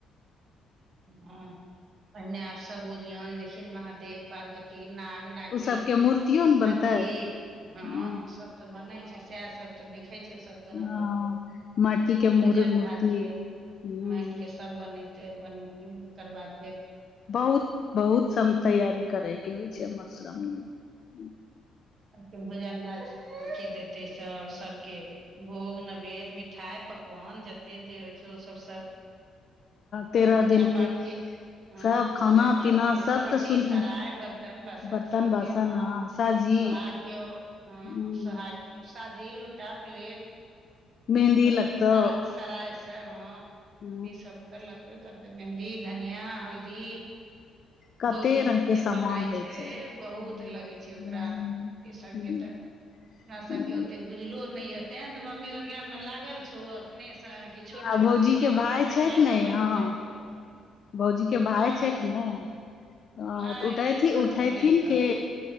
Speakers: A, on the right; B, on the left.
A: हँ पहिने आब सब उरियन देखथिन महादेव पार्वती नाग -- नागिन
B: उ सबके मूर्तियो ने
A: हाथी
B: बनतै
A: हँ
B: हूँ
A: सब। तऽ बनै छै सैह सब तऽ देखे छियो सब। करऽ
B: हँ
A: परतै
B: माटी के
A: भोजन
B: मूर मूर्ति
A: भात केँ
B: ह
A: माइट केँ स ब बनछैय बन हिन ओकर बाद फेर।
B: बहुत बहुत सम तैयारी करे केँ होइ छै मधुश्रावनी मे
A: आ की भोजन भात सभ केँ देतै सभ सभके। भोग नैवेद्य मिठाइ पकवान जते जे होइ छै ओसभ सब। करतै
B: तेरह
A: पूजा
B: दिन
A: पाठ
B: के
A: केँ। हँ
B: सब खाना
A: पूजा पाठ
B: पीना
A: केँ
B: सब
A: थरोटी
B: तऽ सुन
A: सराय बर्तन बासन
B: बर्तन
A: सब
B: बासन
A: चीज हँ।
B: ह साजी
A: सोहाग केँ हँ
B: ह
A: सोहाग केँ साजी लोटा प्लेट।
B: मेहन्दी
A: सरोटी
B: लगतौ
A: सराइ सराइ सब हँ
B: ह
A: मेंहदी सब तऽ लगबे कर तै मेहन्दी धनिया हल्दी।
B: कते
A: गौरी
B: रंग के
A: जे
B: सामान
A: बनाइ
B: होइ
A: छै
B: हूँ
A: बहुत लगै छै
B: हूँ
A: ओकरा ओते सभ केँ तऽ। हमरा सबके
B: हूँ,
A: ओते बुझलो नय यऽ तै तऽ मम्मी ओरियान मे लागल छौ। अखने सँ कि छोट -
B: आ
A: छोट
B: भौजी
A: चीज
B: के
A: जेना
B: भाय
A: - जेना
B: छै
A: याद
B: कि नहि
A: अबैत
B: हँ
A: जाइ छै
B: भौजी के भाय
A: नय
B: छै कि ने ह
A: नय
B: तऽ उठेथिन
A: - नय छथुन
B: उठेथिन
A: अतऽ
B: के